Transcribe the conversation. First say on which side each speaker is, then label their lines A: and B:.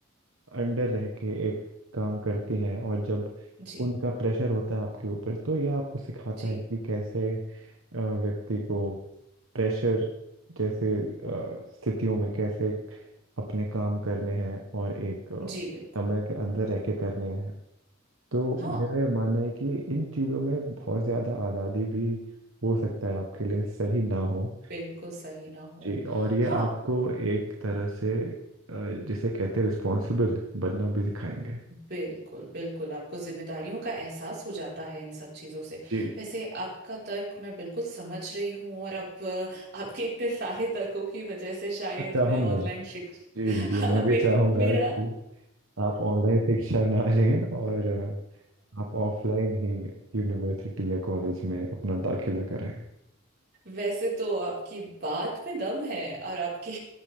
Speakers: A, on the right (about 85°); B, on the right (about 50°).
A: अंडर रह के एक काम करती हैं और जब
B: जी
A: उनका प्रेशर होता है आपके ऊपर तो यह आपको सिखाता
B: जी
A: है कि कैसे अ, व्यक्ति को प्रेशर जैसे अ, स्थितियों में कैसे अपने काम करने हैं और एक अ,
B: जी बिल्कुल
A: समय के अंदर रह के करने हैं तो
B: हाँ
A: मेरा यह मानना है कि इन चीज़ों में बहुत ज़्यादा आज़ादी भी हो सकता है आपके लिए सही ना हो
B: बिल्कुल सही ना हो
A: जी और ये
B: हाँ
A: आपको एक तरह से अ, जिसे कहते हैं रिस्पॉन्सिबल बनना भी सिखाएंगे
B: बिल्कुल बिल्कुल आपको जिम्मेदारियों का एहसास हो जाता है इन सब चीजों से
A: जी
B: वैसे आपका तर्क मैं बिल्कुल समझ रही हूँ और अब अ, आपके इतने सारे तर्कों की वजह से शायद
A: मैं चाहूंगा
B: मैं ऑनलाइन शिक्षा
A: जी जी
B: <laughs>
A: जी
B: हाँ
A: मैं भी
B: मेरे
A: चाहूंगा
B: मेरा
A: कि आप ऑनलाइन शिक्षा ना लें और अ, आप ऑफलाइन ही यूनिवर्सिटी या कॉलेज में अपना दाखिला कराएं
B: वैसे तो आपकी बात में दम है और आपके